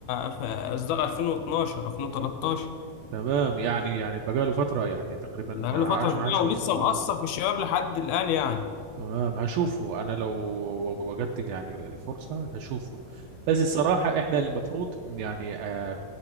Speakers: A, on the left (about 80°); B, on the right (about 85°).
A: في إصدار 2012 2013
B: تمام يعني يعني بقاله فترة يعني تقريبا
A: بقاله
B: عش
A: فترة كبيرة
B: عشر
A: ولسه
B: سنة اه
A: مأثر في الشباب لحد الآن يعني
B: تمام هشوفه انا لو وجدت يعني الفرصة هشوفه بس الصراحة احنا المفروض يعني آه،